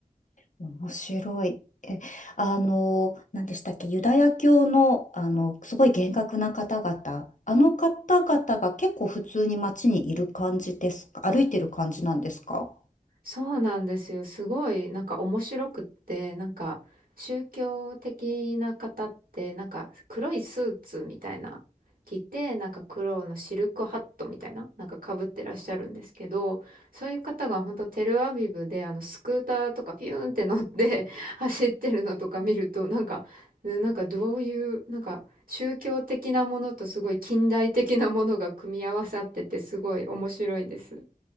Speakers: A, on the left (about 55°); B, on the right (about 70°).
A: 面白い。え、あの、何でしたっけ、ユダヤ教の、あの、すごい厳格な方々、あの方々が結構普通に街にいる感じですか、歩いてる感じなんですか
B: そうなんですよ。すごい、なんか面白くって、なんか宗教的な方って、なんか黒いスーツみたいな着て、なんか黒のシルクハットみたいな、なんか被ってらっしゃるんですけど、そういう方が本当テルアビブであのスクーターとかピューンって乗って <laughs> 走ってるのとか見ると、なんか、ねなんかどういう、なんか宗教的なものとすごい近代的なものが組み合わさってて、すごい面白いです。